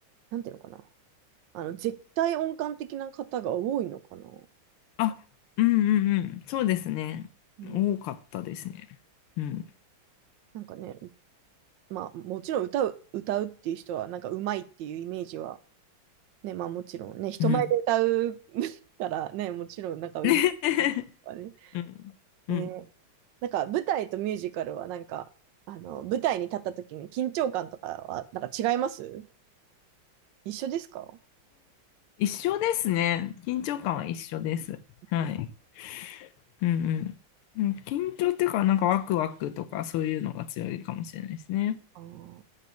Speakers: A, on the right; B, on the left.
A: なんていうのかな。あの、絶対音感的な方が多いのかな。
B: あ、うんうんうん。そうですね。
A: うん。
B: 多かったですね。うん。
A: なんかね、まあ、もちろん歌う、歌うっていう人は、なんか上手いっていうイメージは、ね、まあもちろんね、人前で歌う
B: うん。
A: <laughs> からね、<laughs> もちろんなんか上手いとかね。
B: <laughs> うん。うん。
A: ねなんか舞台とミュージカルはなんか、あの、舞台に立った時に緊張感とかは、なんか違います一緒ですか
B: 一緒ですね。緊張感は一緒です。はい。
A: うん
B: うんうん。緊張っていうか、なんかワクワクとかそういうのが強いかもしれないですね。
A: あー